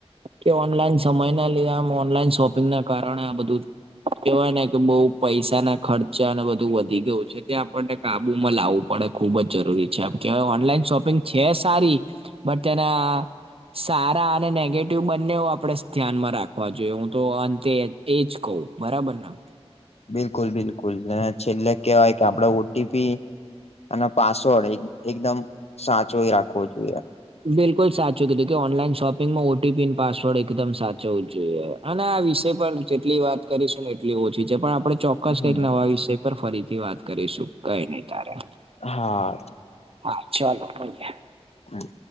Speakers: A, on the right; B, on the left.
A: કે ઓનલાઈન સમય ના લીધા ઓનલાઈન શોપિંગ ના કારણે આ બધું કેવાય ને કે બઉુ પૈસા ના ખર્ચા અને બધું વધી ગયું છે ત્યાં આપણને કાબુમાં લાવવું પડે. ખુબ જ જરૂરી છે, આમ કેહેવાય ઓનલાઈન શોપિંગ છે, સારી બટ તેના સારા અને નેગેટિવ બંનેઓ આપણેે ધ્યાનમાં રાખવા જોઈએ, હું તો અંતે એજ કવ બરાબર ને.
B: બિલકુલ બિલકુલ ને છેલ્લે કેહેવાય કે આપડ ઓટીપી અને પાસવર્ડ એ એકદમ સાચો રાખવો જોઈએ.
A: બિલકુલ સાચું કીધું કે ઓનલાઈન શોપિંગમાં ઓટીપી ન પાસવર્ડ એકદમ સાચવું જોઈએ. આ ને આ વિષય પર જેટલી વાત કરીશું ને એટલી ઓછી છે પણ આપણે ચો
B: હમ,
A: <inaudible> નવા વિષય પર ફરીથી વાત કરીશું કઈ નહી તારે.
B: હા
A: હા ચાલો મલીયે
B: હા